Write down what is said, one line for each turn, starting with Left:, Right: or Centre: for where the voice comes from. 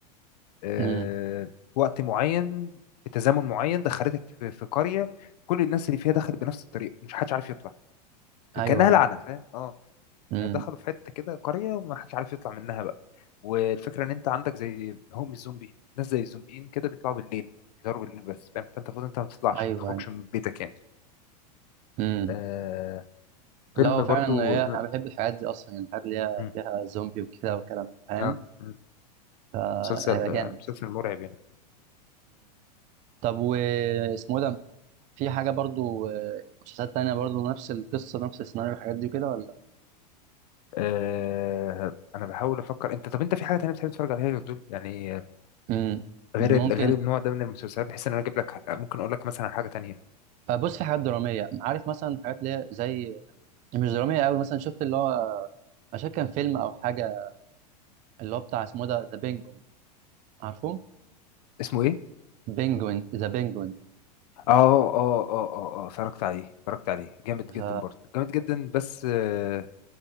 Left: آه،
Right: امم
Left: وقت معين في تزامن معين دخلتك في في قريه كل الناس اللي فيها دخلت بنفس الطريقه مش حدش عارف يطلع
Right: ايوه
Left: كانها لعنه
Right: ايوه
Left: فاهم اه
Right: امم
Left: دخلوا في حته كده قريه وما حدش عارف يطلع منها بقى والفكره ان انت عندك زي هم الزومبي ناس زي الزومبيين كده بيطلعوا بالليل بيضربوا بالليل بس فاهم فانت المفروض انت ما تطلعش
Right: ايوه
Left: ما تخرجش
Right: ايوه
Left: من بيتك يعني
Right: امم
Left: آه، فيلم
Right: لا هو فعلا
Left: برضو
Right: هي انا بحب الحاجات دي اصلا يعني الحاجات اللي هي
Left: مم.
Right: فيها زومبي وكده والكلام ده، فاهم
Left: اه مم.
Right: فهيبقى
Left: مسلسل آه،
Right: جامد
Left: مسلسل مرعب يعني
Right: طب واسمه إيه ده في حاجة برضو آه، مسلسلات تانية برضو نفس القصة نفس السيناريو الحاجات دي كده ولا
Left: آه انا بحاول افكر انت طب انت في حاجه تانية بتحب تتفرج عليها غير دول يعني آه،
Right: امم
Left: غير
Right: ممكن
Left: ال- غير النوع ده من المسلسلات بحيث ان انا اجيب لك ح- ممكن اقول لك مثلا على حاجه تانية
Right: آه، بص في حاجات درامية عارف مثلا حاجات اللي هي زي مش درامية قوي مثلا شفت اللي هو عشان كان فيلم أو حاجة اللي هو بتاع اسمه إيه ده ذا بينجوين عارفه؟
Left: اسمه ايه
Right: بينجوين ذا بينجوين
Left: اه اه اه اه اه اتفرجت عليه اتفرجت عليه جامد جدا
Right: ف
Left: برضه جامد جدا بس آه